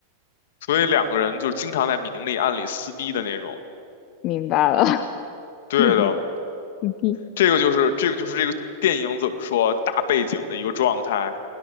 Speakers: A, on the left; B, on the left.
A: 所以两个人就是经常在明里暗里撕逼的那种。
B: 明白了，<laughs>
A: 对的，
B: 牛逼牛逼，
A: 这个就是这个就是这个电影怎么说大背景的一个状态。